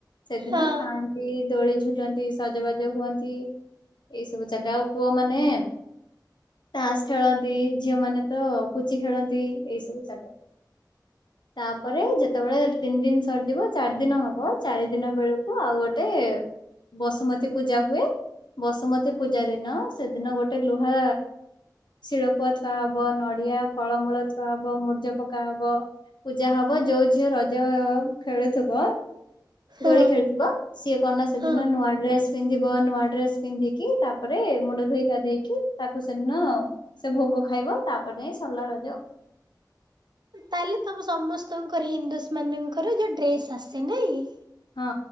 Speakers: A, on the left; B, on the right.
A: ସେଦିନ
B: ହଁ
A: ଖାଆନ୍ତି ଦୋଳି ଝୁଲି ନ୍ତି ସଜବାଜ ହୁଅନ୍ତି ଏଇ ସବୁ ଚାଲେ। ଆଉପୁଅ ମାନେ ତାସ ଖେଳନ୍ତି, ଝିଅ ମାନେ ତ ପୁଚି ଖେଳନ୍ତି ଏଇ ସବୁ ଚାଲେ। <inaudible> ତାପରେ ଯେତେବେଳେ ତିନି ଦିନି ସରିଯିବ ଚାରି ଦିନ ହବ ଚାରି ଦିନ ବେଳକୁ ଆଉ ଗୋଟେ ବସୁମତୀ ପୂଜା ହୁଏ। ବସୁମତୀ ପୂଜା ଦିନ ସେଦିନ ଗୋଟେ ଲୁହା ଶିଳପୁଆ ଥୁଆ ହବ, ନଡିଆ ଫଳମୂଳ ଥୁଆ ହବ, ମୂର୍ଜ ପକା ହବ ପୂଜା ହବ। ଯୋଉ ଝିଅ ରଜ ଖେଳୁଥିବ
B: ହଁ
A: ଦୋଳି ଖେଳୁଥିବ ସିଏ କଣନା ସେ
B: ହଁ।
A: ନୂଆ ଡ୍ରେସ୍ ପିନ୍ଧିବ ନୂଆ ଡ୍ରେସ୍ ପିନ୍ଧିକି ତାପରେ ମୁଣ୍ଡ ଧୋଇ ଗାଧେଇକି ତାକୁ ସେଦିନ ସେ ଭୋଗ ଖାଇବ ତାପରେ ଯାଇ ସରିଲା ରଜ।
B: ତାହେଲେ ତମ ସମସ୍ତଙ୍କର ହିନ୍ଦୁସ୍ ମାନଙ୍କର ଯୋଉ ଡ୍ରେସ୍ ଆସେ ନାଇଁ କି?
A: ହଁ